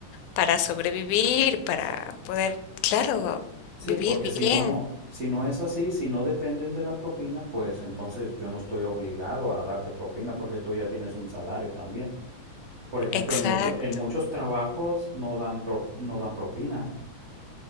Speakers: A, on the left; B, on the right.
A: para sobrevivir, para poder, claro,
B: Sí,
A: vivir
B: porque
A: bien.
B: si no, si no es así, si no dependen de la propina, pues entonces yo no estoy obligado a darte propina porque tú ya tienes un salario también. Por ejemplo,
A: Exacto.
B: en mucho- en muchos trabajos no dan pro- no dan propina.